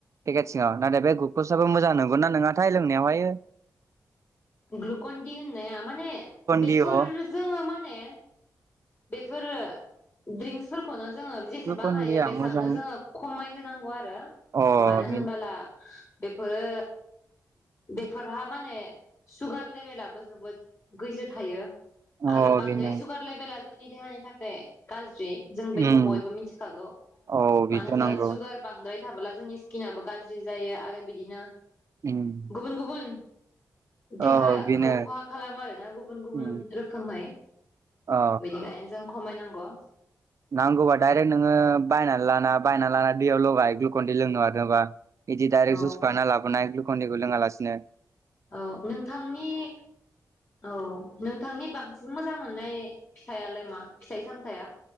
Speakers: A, on the right; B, on the left.
A: पेकेट सिङाव नाथाय बे ग्लुकसाबो मोजां नंगौना नङाथाय लोंनायावहाय।
B: ग्लुकन डी होननाया माने बेफोर
A: डि अ
B: जोङो माने बेफोरो ड्रिंक्सफोरखौनो जोङो जेसेबां
A: ग्लुकन
B: हायो
A: डिया
B: बेसेबांनो
A: मोजां
B: जोङो खमाय होनांगौ आरो
A: अ
B: मानो
A: बे
B: होनबोला बेफोरो बेफोरहा माने सुगार लेभेलाबो जोबोद गोजौ थायो
A: अ
B: आरो बांद्राय
A: बेनो
B: सुगार लेबेेला जोंनि देहानि थाखाय गाज्रि जों बेखौ
A: उम
B: बयबो मिथिखागौ
A: औ बेथ'
B: मानो होनबा
A: नंगौ
B: सुगार बांद्राय थाबोला जोंनि स्किनाबो गाज्रि जायो आरो बिदिनो
A: उम।
B: गुबुन गुबुन देहा
A: औ बेनो
B: खौ खहा खालामो आरोना गुबुन गुबुन
A: उम
B: रोखोमै।
A: अ
B: बेनिखायनो जों खमायनांगौ।
A: नांगौबा डाइरेक्ट नोङो बायनानै लाना बायना लाना दैयाव लगाय ग्लुकन डी लोंनो मादोंबा। बिदि डाइरेक्ट
B: औ
A: जुस बानायना लाबोनाय ग्लुकन डी खौ लोङा लासिनो
B: औ नोंथांनि औ नोंथांनि बांसिन मोजां मोननाय फिथायालाय मा फिथाइ सामथाया?